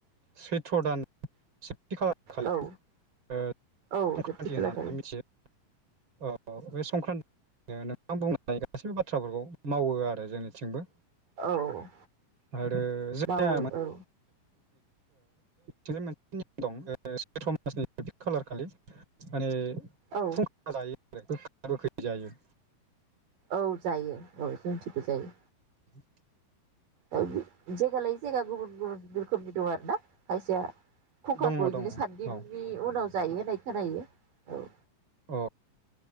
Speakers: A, on the right (about 35°); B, on the right (about 70°).
A: सैथ्र दानि। सेथि खालार खालि
B: औ
A: ओ संख्रान्थि
B: औ जोबथि खालारखालि
A: होननानै मिथियो। औ बे संक्रान्ति। नोंथां बुंनाय गासैबो बाथ्राफोरखौ मावो आरो जोंनिथिंबो।
B: औ।
A: आरो जोंनि
B: मावो
A: आ।
B: औ
A: जों मोनसे निअम दं सैथ्र मासनि सेथि खालार खालि माने
B: औ
A: थ जायो। रोखै जायो।
B: औ जायो औ जोंथिबो जायो।
A: बि
B: जायगा लायै जायगा गुबुन गुबुन रोखोमनि दं आरो ना खायसेया। खुखाखौ
A: दङ
B: बिदिनो
A: दङ
B: सान्दिनि
A: औ
B: उनाव जायो होनाय। खोनायो औ।
A: अ